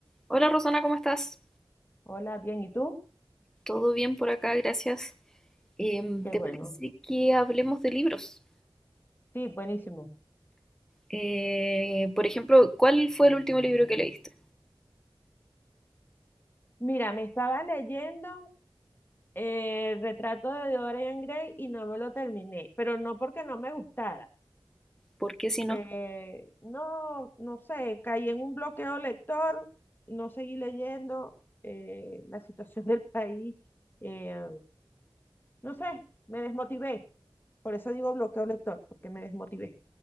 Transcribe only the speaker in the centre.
Hola Rosana, ¿cómo estás?
¿Todo bien por acá? Gracias. Em,
¿te
parece que hablemos de libros?
Eh, por ejemplo, ¿cuál fue el último libro que leíste?
Porque si no,